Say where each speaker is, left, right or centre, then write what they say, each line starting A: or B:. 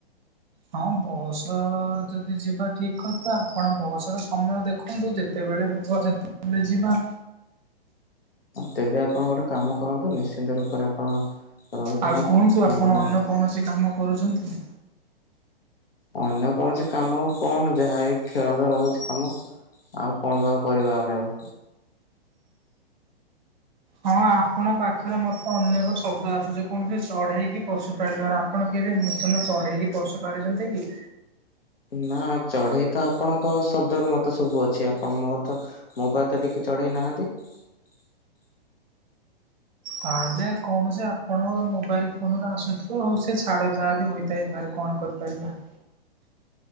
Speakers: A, on the right; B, on the left.
A: ହଁ ବସ ଯଦି ଯିବା ଠିକ କଥା ଆପଣ ବସ ର ସମୟ ଦେଖନ୍ତୁ ଯେତେ ବେଳେ ହବ ସେତେବେଳେ ଯିବା।
B: ତେବେ ଆପଣ ଗୋଟେ କାମ କରନ୍ତୁ, ନିଶ୍ଚିନ୍ତ ରୂପରେ ଆପଣ ରହିଥାନ୍ତୁ
A: ଆଉ କୁହନ୍ତୁ ଆପଣ
B: ମୁଁ
A: ଅନ୍ୟ କୌଣସି କାମ କରୁଛନ୍ତି?
B: ଅନ୍ୟ କୌଣସି କାମ ଆଉ କଣ ଯାହା ଏଇ ଖେଳ ତ ରହୁଛି କାମ। ଆଉ କଣ ବା କରିବା ଆମେ ଆଉ
A: ହଁ, ଆପଣଙ୍କ ପାଖରେ ମତେ ଅନେକ ଶବ୍ଦ ଆସୁଛି । କୌଣସି ଚଢେଇକି ପଶୁପାଳିବାର ଆପଣ କେ ନୂତନ ଚଢେଇକି ପଶୁ ପାଳିଛନ୍ତି କି?
B: ନା ଚଢେଇ ତ ଆପଣଙ୍କ ଶବ୍ଦରୁ ମତେ ଶୁଭୁଅଛି । ଆପଣ ମୋର ତ ମୋ ପା ତ ଟିକେ ଚଢେଇ ନାହାନ୍ତି । <unintelligible>
A: ତାହେଲେ କୌଣସି ଆପଣଙ୍କ ମୋବାଇଲ ଫୋନରୁ ଆସୁଥିବ ଆଉ। ସେ ଛାଡ଼ ଯାହା ବି ହୋଇଥାଇ ପରେ। କଣ କରିପାରିବାହ୍?